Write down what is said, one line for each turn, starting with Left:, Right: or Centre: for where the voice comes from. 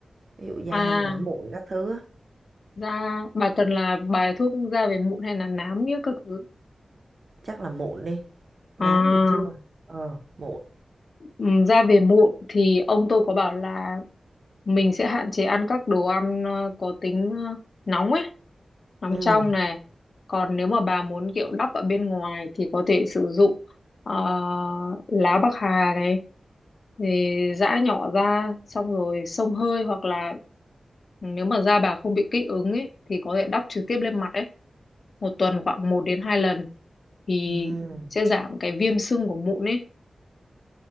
Right: Ví dụ da
Left: à
Right: hay nổi mụn các thứ á,
Left: da bà cần là bài thuốc da về mụn hay là nám nghĩa các thứ
Right: chắc là mụn đi, nám
Left: à
Right: thì chưa, ờ, mụn.
Left: Ừ, ra về muộn thì ông tôi có bảo là mình sẽ hạn chế ăn các đồ ăn ờ, có tính ờ, nóng ấy, nóng
Right: Ừm,
Left: trong này. Còn nếu mà bà muốn kiểu đắp ở bên ngoài thì có thể sử dụng ờ, lá bạc hà này, thì giã nhỏ ra xong rồi xông hơi hoặc là nếu mà da bà không bị kích ứng ấy thì có thể đắp trực tiếp lên mặt ấy, một tuần khoảng một đến 2 lần thì
Right: ừm.
Left: sẽ giảm cái viêm sưng của mụn ấy.